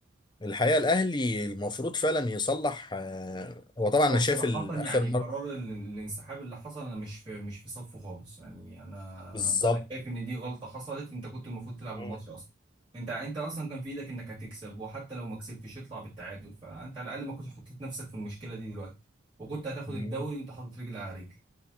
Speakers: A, on the left; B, on the right.
A: الحقيقة الاهلي المفروض فعلا يصلح آه، هو طبعا
B: هو
A: انا
B: بصراحة
A: شايف ال- اخر
B: يعني
A: مرة
B: قرار ال- الانسحاب اللي حصل انا مش في مش في صفه خالص يعني انا
A: بالظبط
B: انا شايف ان دي غلطة حصلت انت كنت المفروض تلعب الماتش
A: مم.
B: اصلا انت انت اصلا كان في ايدك انك هتكسب وحتى لو ما كسبتش يطلع بالتعادل فانت على الاقل ما كنتش حطيت نفسك في المشكلة دي دلوقتي وكنت هتاخد
A: مم.
B: الدوري وانت حاطط رجل على رجل